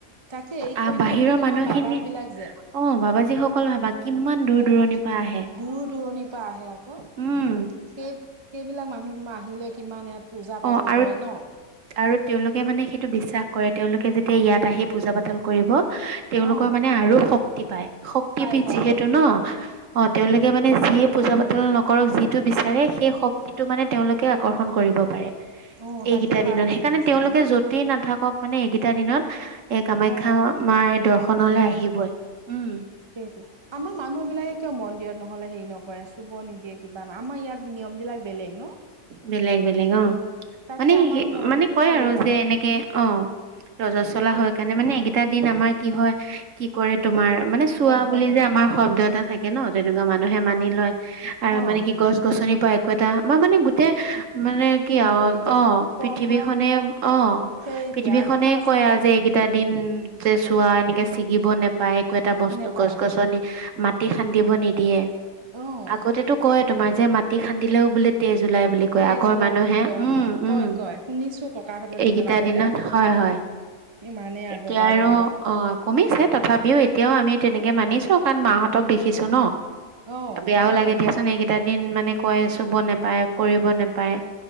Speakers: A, on the right; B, on the right.
A: তাকে এই
B: আহ
A: সৈন্যসী
B: বাহিৰৰ
A: তোমাৰ
B: মানুহখিনি
A: বাবাবিলাক যে
B: অ, বাবাজীসকল ভাবা কিমান দূৰ-দূৰণিৰ
A: বহুত
B: পৰা আহে।
A: দূৰ দূৰণিৰ পৰা আহে আকৌ
B: উম।
A: সেই সেইবিলাক মানুহ তোমাৰ আহি লৈ কিমান ইয়াত পূজা-পাতল
B: অ আৰু
A: কৰে ন।
B: আৰু তেওঁলোকে মানে সেইটো বিশ্বাস কৰে তেওঁলোকে যেতিয়া ইয়াত আহি পূজা-পাতল কৰিব তেওঁলোকৰ
A: অ
B: মানে আৰু শক্তি পাই শক্তি শক্তিপীঠ
A: পাই যায়
B: যিহেতু
A: শক্তি
B: ন। অ, তেওঁলোকে মানে যিয়ে পূজা-পাতল পাতল নকৰক যিটো বিচাৰে সেই শক্তিটো মানে তেওঁলোকে আকৰ্ষণ কৰিব পাৰে।
A: অ
B: এইগিটা
A: তাকে পাই
B: দিনত
A: মানে
B: সেইকাৰণে
A: বিচাৰে
B: তেওঁলোকে
A: ন
B: য'ত তেই নাথাকক মানে এইকেইটা দিনত এ কামাখ্যা
A: অ
B: মাৰ দৰ্শনলে আহিবই। উম।
A: সেইটোয়ে। আমাৰ মানুহ বিলাকে কিয় মন্দিৰত নহলে হেৰি নকৰে চুব নিদিয়ে কিবা আমাৰ ইয়াত নিয়ম বিলাক- বেলেগ ন?
B: বেলেগ বেলেগ অঁ।
A: তাকে
B: মানে
A: আমাৰো
B: সে
A: মই
B: মানে
A: একো
B: কয়
A: হেৰি
B: আৰু
A: পাতে
B: যে এনেকে অঁ ৰজ চলা
A: সেইটোৱে
B: হয় কাৰণে মানে এগে- টা আমাৰ কি হয় কি কৰে তোমাৰ মানে চোৱা
A: বন্ধ
B: বুলি
A: হৈ
B: যে
A: থাকে
B: আমাৰ
A: চব
B: শব্দ এটা থাক- কে ন। তেনেকুৱা মানুহে মানি লয় আৰু
A: অ
B: মানে কি গছ গছনিৰ পৰা একো এটা আমাৰ মানে গোটেই- মানে কি আও
A: নিয়ম নীতি
B: অঁ,
A: পৰম্পৰাগত
B: পৃথিৱী খনে অঁ,
A: সেইটোৱে
B: পৃথিৱীখনে
A: আগৰ পৰা আছে
B: কয় যে এইগে- টা দিন যে চোৱা এনেকে ছিগিব নেপায় একো এটা বস্তু
A: নেপায়
B: গছ গছনি মাত- টি খান্দিব নিদিয়ে,
A: অ
B: আগতে টো কয়
A: এই
B: তোমাৰ যে মাটি খান্দিলেও বোলে তেজ ওলাই বুলি। কয়
A: তেজ
B: আগৰ
A: ওলাই
B: মানুহে।
A: বুলি কয়
B: উম' উম',
A: কয় কয় শুনিছো ককাহঁতৰ
B: এইগেইটা
A: আগতে
B: দিনত, হয় হয়।
A: মানে
B: এতিয়া
A: আগৰ পৰা
B: আৰু
A: যেনিবা
B: অঁ। কমিছে, তথাপিও এতিয়াও আমি তেনেকে মানিছো। কাৰণ মাহঁতক দেখিছো ন।
A: অ
B: বেয়াও
A: সেইটোৱে
B: লাগে দিয়াচোন, এইগেইটা দিন মানে কয়, চুব নেপায় কৰিব নেপায়।